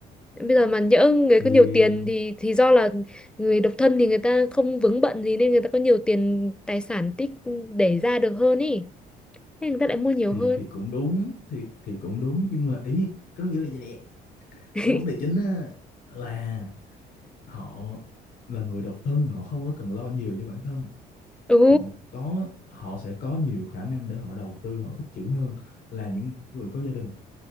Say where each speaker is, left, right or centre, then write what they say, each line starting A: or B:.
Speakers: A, in the centre; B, on the left.
A: Bây giờ mà nhỡ người
B: thì
A: có nhiều tiền thì thì do là người độc thân thì người ta không vướng bận gì nên người ta có nhiều tiền tài sản tích để ra được hơn ý. Thế người ta lại mua nhiều
B: thì
A: hơn.
B: thì cũng đúng thì thì cũng đúng nhưng mà ý có nghĩa là gì nè
A: <laughs>
B: cái vấn đề chính á là họ là người độc thân họ không có cần lo nhiều cho bản thân
A: Ừ,
B: họ có họ sẽ có nhiều khả năng để họ đầu tư họ tích trữ hơn là những người có gia đình